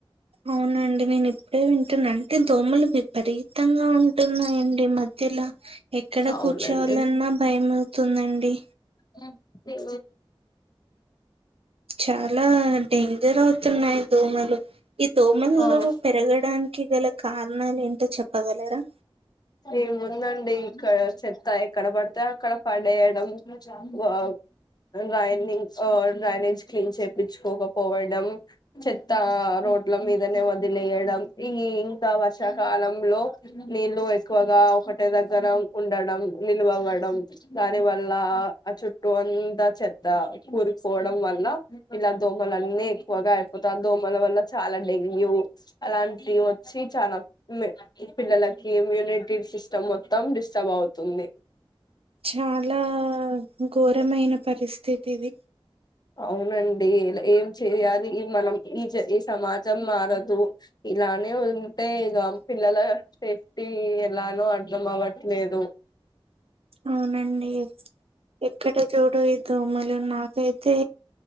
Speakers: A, on the right; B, on the left.
A: అవునండి నేనేప్పు ఇప్పుడే వింటున్నా అంటే దోమలు విపరీతంగా ఉంటున్నాయండి ఈ మధ్యలో ఎక్కడ
B: అవునండి
A: కూర్చోవాలన్నా భయంమవుతుందండి
B: హ్మ్మ్
A: చాలా డేంజర్ అవుతున్నాయి దోమలు ఈ దోమలు
B: అవు
A: పెరగడానికి గల కారణాలు ఏంటో చెప్పగలరా
B: ఏముందండి ఇక్కడ చెత్త ఎక్కడ పడితే అక్కడ పడేయడం వా వావ్ డ్రైనింగ్ ఆహ్ డ్రైనేజ్ క్లీన్ చేపించుకోకపోవడం చెత్త రో రోడ్లమీదనే వదిలేయడం ఈ ఇంకా వర్షాకాలంలో నీళ్ళ ఎక్కువగా ఒకటే దగ్గర ఉండడం నిలువవ్వడం దాని వల్ల చుట్టు అంత చెద్ద కూరుకుపోవడం వల్ల ఇలా దోమలన్నీ ఎక్కువగా అయిపోతా దోమల వల్ల చాలా డెంగ్యూ అలాంటి వచ్చి చాలా మ్ పిల్లల కి ఇమ్యూనిటీ సిస్టమ్ మొత్తం డిస్టర్బ్ అవుతుంది
A: చాలా ఘోరమైన పరిస్థితిది
B: అవునండి ఇలా ఏం చెయాలి మనం ఈజ ఈ సమాజంలో మారదు ఇలానే ఉంటే ఇగ పిల్లల సేఫ్టీ ఈ ఎలానో అర్థం అవ్వట్లేదు
A: అవునండి ఎక్కడ చూడు ఈ దోమలు నాకైతే